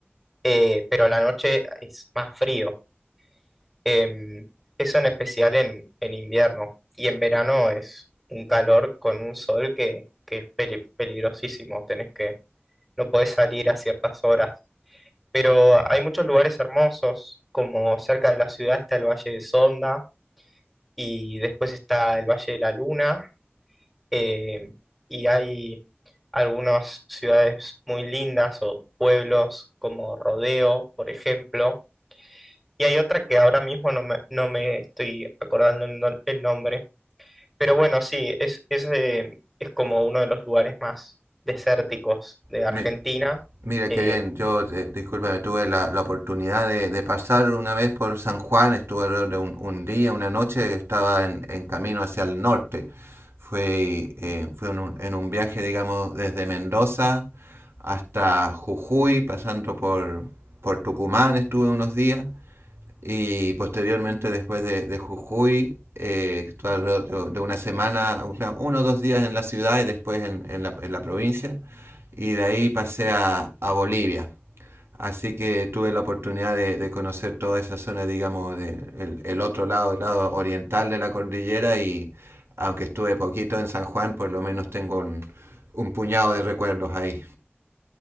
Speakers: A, in the centre; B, on the right.
A: eh, pero a la noche es más frío. Em, eso en especial en, en invierno. Y en verano es un calor con un sol que, que es peli- peligrosísimo. Tenés que, no podés salir a ciertas horas pero hay muchos lugares hermosos, como cerca de la ciudad está el Valle de Sonda y después está el Valle de la Luna, eh, y hay algunas ciudades muy lindas o pueblos como Rodeo, por ejemplo, y hay otra que ahora mismo no me, no me estoy acordando el, no- el nombre, pero bueno, sí, es, es, eh, es como uno de los lugares más desérticos de
B: Me,
A: Argentina.
B: Mira
A: eh,
B: qué bien, yo, eh, discúlpame, tuve la, la oportunidad de, de pasar una vez por San Juan, estuve alrededor de un, un día, una noche, estaba en, en camino hacia el norte. Fue, eh, fue en un, en un viaje, digamos, desde Mendoza hasta Jujuy, pasando por, por Tucumán, estuve unos días y posteriormente después de, de Jujuy, eh, estuve alrededor de, de una semana, una- uno o dos días en la ciudad y después en, en la, en la provincia, y de ahí pasé a, a Bolivia. Así que tuve la oportunidad de, de conocer toda esa zona, digamos, del el, el otro lado, el lado oriental de la cordillera y aunque estuve poquito en San Juan, por lo menos tengo un, un puñado de recuerdos ahí.